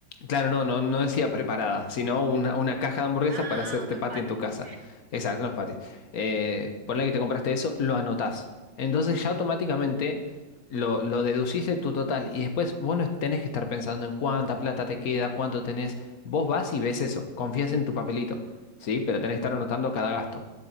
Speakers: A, on the left; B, on the right.
A: Claro, no, no, no decía preparada, sino una, una caja de hamburguesas
B: Ah,
A: para hacerte
B: ah, unos
A: patty
B: patis,
A: en tu casa.
B: ok.
A: Exacto, unos patis. Eh, ponle que te compraste eso, lo anotás. Entonces ya automáticamente lo, lo deducís de tu total y después vos no tenés que estar pensando en cuánta plata te queda, cuánto tenés. Vos vas y ves eso, confías en tu papelito, ¿sí? Pero tenés que estar anotando cada gasto.